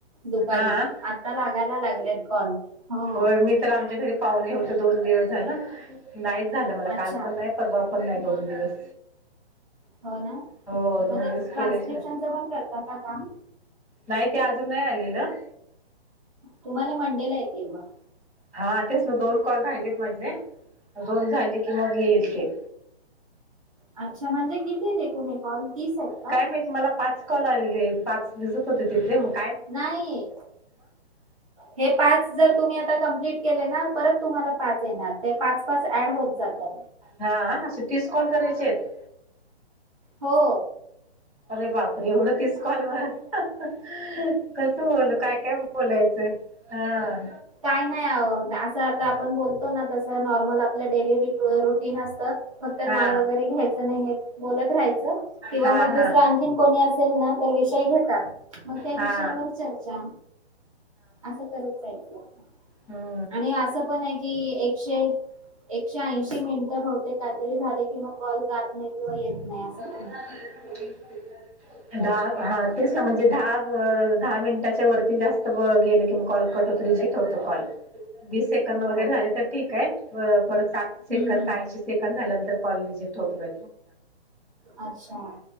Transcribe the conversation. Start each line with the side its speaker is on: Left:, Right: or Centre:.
Right: दुपारी.
Centre: हा
Right: आता लागायला लागलेत कॉल. हो
Centre: होय मी तर आमच्या घरी पाहुणे होत दोन दिवस झाल. नाहीच झालं. मला काल
Right: अच्छा
Centre: पण नाही. परवा पण नाही दोन दिवस.
Right: हो ना
Centre: हो दोन
Right: म्हणजे
Centre: दिवस
Right: ट्रान्स्क्रिप्शनच
Centre: केलेच नाही
Right: पण करता का काम?
Centre: नाही ते अजून नाइ आलेलं.
Right: तुम्हाला मंडे ला येतील मग.
Centre: हा तेच मग दोन कॉल राहिलेत माझे. दोन झाले कि मग येईल ते.
Right: अच्छा म्हणजे कितीयेत एकुण हे कॉल तीस आहेत का
Centre: काय माहित मला पाच कॉल आलेले पाच दिसत होते तिथे. मग --
Right: नाही. हे पाच जर तुम्ही आता कंम्प्लीट केले ना परत तुम्हाला पाच येणार. ते पाच पाच ऍड होत जातात.
Centre: हा असे तीस कॉल करायचेयेत..
Right: हो.
Centre: अरे बाप रे, एवढ तीस. कॉलवर <unintelligible> कस बोलू, काय काय बोलायचं? हां.
Right: काही नाही अवो आता आपण बोलतो ना तस नॉर्मल आपलं डेली रुटीन असतं. फक्त
Centre: हा
Right: नाव वगैरे घ्यायचं नाही हे बोलत राहायचं. किंवा
Centre: हा
Right: मग
Centre: हा
Right: दुसरं आणखीन कोणी असेल ना विषय घेतात, मग त्या
Centre: हा
Right: विषयावर चर्चा, असं करत जायचं.
Centre: हं.
Right: आणि असं पण हाय की, एकशे एकशे ऐंशी मिनिटं बहुतेक कायतरी झाले की मग कॉल जात नाही किंवा येत नाही
Centre: <unintelligible>
Right: असं पण आहे.
Centre: दहा दहा तेच ना म्हणजे दहा दहा मिनिटाच्या वरती जास्त गेल कि कॉल कट रीजेक्ट होतो कॉल. वीस सेकंद
Right: हो
Centre: वगैरे
Right: हो
Centre: झाले तर ठीक आहे. परत सात सेकंद
Right: हम्म हम्म
Centre: ऐंशी सेकंद झालं. कॉल रिजेक्ट होतो <inaudible>
Right: अच्छा